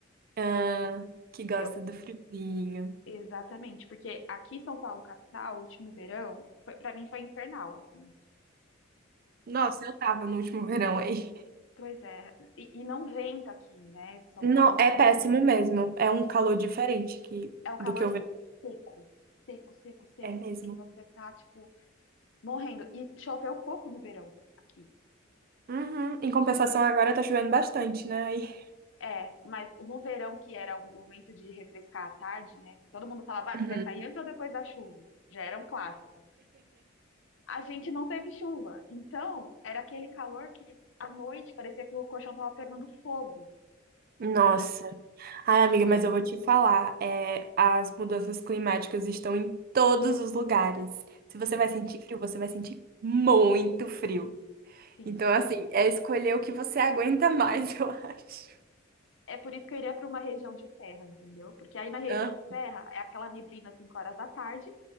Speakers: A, on the right; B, on the left.
A: Ah, que gosta
B: Que eu
A: do friozinho.
B: exatamente, porque aqui em São Paulo capital, o último verão, para mim foi infernal, assim.
A: Nossa, eu tava no último verão aí.
B: Pois é, e, e não venta aqui, né? São
A: Não,
B: Paulo não
A: é
B: tem
A: péssimo
B: vento.
A: mesmo. É um calor diferente que,
B: É um calor
A: do que eu vejo.
B: seco, seco, seco, seco,
A: É mesmo.
B: assim, que você tá, tipo, morrendo. E choveu pouco no verão aqui.
A: Uhum. Em compensação, agora tá chovendo bastante, né? Aí-
B: É, mas no verão, que era o momento de refrescar à tarde, né? Todo mundo falava, "Ah,
A: Uhum.
B: você vai sair antes ou depois da chuva? Já era um clássico. A gente não teve chuva. Então, era aquele calor que à noite parecia que o colchão tava pegando fogo, <laughs>
A: Nossa.
B: entendeu?
A: Ai, amiga, mas eu vou te falar. É, as mudanças climáticas estão em todos os lugares. Se você
B: Sim,
A: vai sentir frio, você vai sentir muito frio.
B: sim.
A: Então, assim, é escolher o que você aguenta mais, <laughs> eu acho.
B: É por isso que eu iria para uma região de serra, entendeu? Porque aí na região
A: Aham.
B: de serra é aquela neblina às 5 horas da tarde